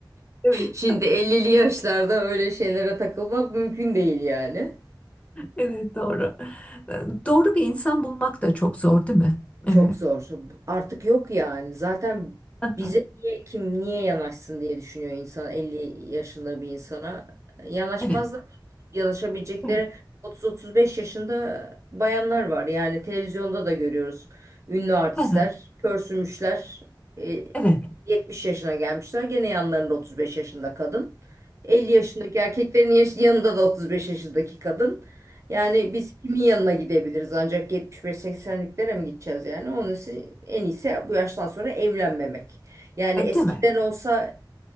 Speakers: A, on the left; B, on the right.
A: Evet,
B: Şimdi ellili yaşlarda öyle şeylere takılmak mümkün değil yani.
A: evet doğru. E, Doğru bir insan bulmak da çok zor değil mi?
B: Çok
A: E,
B: zor. Artık yok yani. Zaten
A: aha,
B: bize niye kim niye yanaşsın diye düşünüyor insan Elli yaşında bir insana. Yanaşmazlar.
A: evet.
B: Yanaşabilecekleri
A: Evet.
B: 30-35 yaşında bayanlar var. Yani televizyonda da görüyoruz. Ünlü artistler,
A: aha,
B: pörsümüşler, e,
A: Evet.
B: 70 yaşına gelmişler. Gene yanlarında 35 yaşında kadın. 50 yaşındaki erkeklerin yaş- yanında da 35 yaşındaki kadın. Yani biz kimin yanına gidebiliriz ancak 75-80'liklere mi gideceğiz yani? Onun için en iyisi bu yaştan sonra evlenmemek. Yani
A: E,
B: eskiden
A: Değil mi?
B: olsa